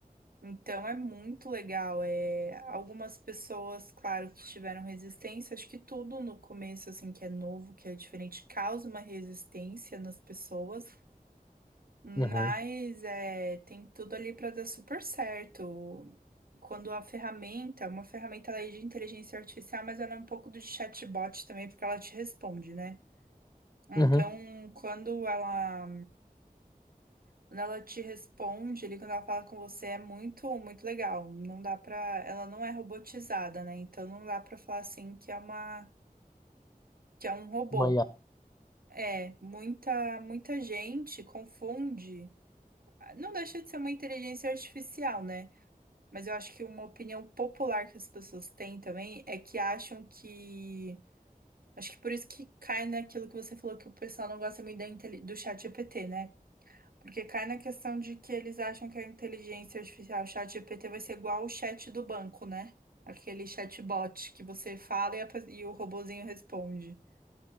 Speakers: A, on the right; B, on the left.
A: Então é muito legal. É, algumas pessoas, claro, que tiveram resistência, acho que tudo no começo, assim, que é novo, que é diferente, causa uma resistência nas pessoas, mas
B: Uhum,
A: é, tem tudo ali para dar super certo quando a ferramenta, uma ferramenta ela é de inteligência artificial, mas ela é um pouco do chatbot também, porque ela te responde, né? Então,
B: uhum.
A: quando ela, quando ela te responde, ali quando ela fala com você, é muito, muito legal. Não dá pra, ela não é robotizada, né? Então não dá pra falar assim que é uma, que é um robô.
B: Maiá,
A: É, muita, muita gente confunde. Não deixa de ser uma inteligência artificial, né? Mas eu acho que uma opinião popular que as pessoas têm também é que acham que Acho que por isso que cai naquilo que você falou que o pessoal não gosta muito da inteli- do chat GPT, né? Porque cai na questão de que eles acham que a inteligência artificial, o chat GPT, vai ser igual o chat do banco, né? Aquele chatbot que você fala e, a pe- e o robozinho responde.